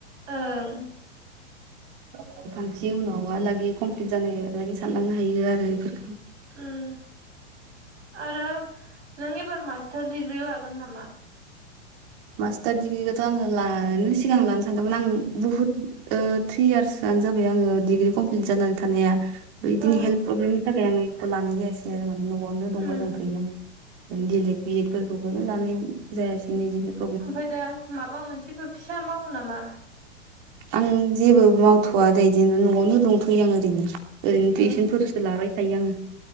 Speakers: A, on the right; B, on the right.
A: ओं।
B: गावबागाव फांसे उनावहालागै कमप्लिट जानो लागै सानलांनो हायो आरो बेफोरखौ
A: उम आरो नों एबार मास्टार डिग्रि लागोन नामा?
B: मास्टार दिडिग्रिखौथ' आङो लानो सिगां लानो सानदोंमोन आं बुहुद ओ थ्रि यार्सआनो जाबाय आङो डिग्रि कमप्लिट जानानै थानाया बिदिनो
A: अ
B: हेल्थ प्रब्लेमनि थाखाय आं इखौ लानाय जायासै आरो माने न'आवनो दंबाय
A: उम
B: दंथ'यो आङो डिएलेद बिएद फोरखौबोनो लानाय जायासै नै इदिनो
A: ओमफाय दा माबा मोनसेफोर फिसा मावो नामा?
B: आं जेबो मावथ'वा दै बिदिनो न'आवनो दंथ'यो आं ओरैनो ओरैनो
A: अ
B: टिउसनफोरसो लाबाय थायो आङो